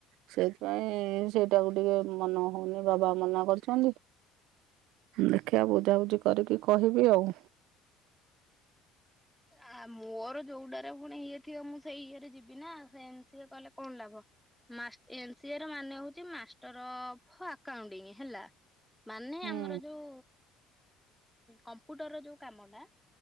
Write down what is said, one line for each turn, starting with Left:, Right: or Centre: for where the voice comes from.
Right: ସେଇଥିପାଇଁ ସେଇଟାକୁ ଟିକିଏ ମନ ହୋଉନି ବାବା ମନା କରୁଚନ୍ତି। ଦେଖିବା ବୁଝାବୁଝି କରିକି କହିବି ଆଉ।
Centre: ଆ ମୋର ଯୋଉଡାରେ ପୁଣି ଇଏ ଥିବ ମୁଁ ସେଇ ଇଏରେ ଯିବି ନା। ସେମିସିଏ କହିଲେ କଣ ଲାଭ। ମାଷ୍ଟଏମ୍ ସିଏର ମାନେ ହୋଉଚି ମାଷ୍ଟର ଅ ଫ ଆକାଉଣ୍ଟି ହେଲା। ମାନେ
Right: ହୁଁ।
Centre: ଆମର ଯୋଉ କମ୍ପ୍ୟୁଟର ର ଯୋଉ କାମ ଟା